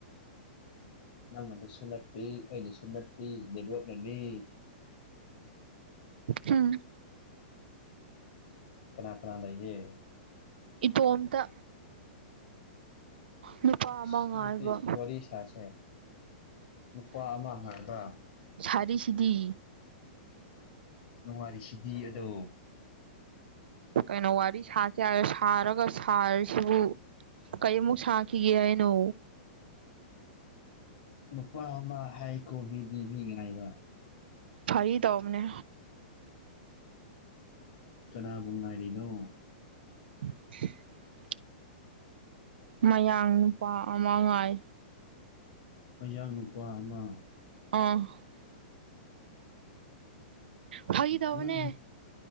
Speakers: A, on the left; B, on the right.
A: ꯅꯪ ꯅꯣꯟꯗꯁꯨ ꯅꯠꯇꯦ ꯑꯩꯗꯤꯁꯨ ꯅꯠꯇꯦ ꯂꯤ ꯂꯣꯠꯂꯅꯤ
B: ꯎꯝ
A: ꯀꯅꯥ ꯀꯅꯥ ꯂꯩꯌꯦ
B: ꯏ ꯇꯣꯝꯇ ꯅꯨꯄꯥ
A: ꯑꯁ
B: ꯑꯃꯥꯡꯉ
A: ꯑꯗꯨꯗꯤ
B: ꯍꯥꯏꯜꯕ
A: ꯋꯥꯔꯤ ꯁꯥꯁꯦ ꯅꯨꯄꯥ ꯑꯃ ꯉꯥꯏꯕ
B: ꯁꯥꯔꯤꯁꯤꯗꯤ
A: ꯅꯨꯡꯉꯥꯏꯔꯤꯁꯤꯗꯤ ꯑꯗꯣ
B: ꯀꯩꯅ ꯋꯥꯔꯤ ꯋꯥꯔꯤ ꯁꯥ ꯌꯥꯔꯦ ꯁꯥꯔꯒ ꯁꯥꯔꯤꯁꯤꯕꯨ ꯀꯔꯤꯃꯨꯛ ꯁꯥꯈꯤꯒꯦ ꯍꯥꯏꯅꯣ
A: ꯅꯨꯄꯥ ꯑꯃ ꯍꯥꯏ ꯀꯣꯕꯤ ꯗꯤꯕꯤ ꯉꯥꯏꯕ
B: ꯐꯔꯤ ꯇ ꯑꯅꯦ
A: ꯀꯅꯥꯕꯨ ꯉꯥꯏꯔꯤꯅꯣ
B: <unintelligible> ꯃꯌꯥꯡ ꯅꯨꯄꯥ ꯑꯃꯥꯡꯉꯥꯏ
A: ꯑꯌꯥꯡ ꯅꯨꯄꯥ ꯑꯃ
B: ꯑ ꯐꯥꯒꯤ ꯇꯧꯕꯅꯦ
A: ꯪ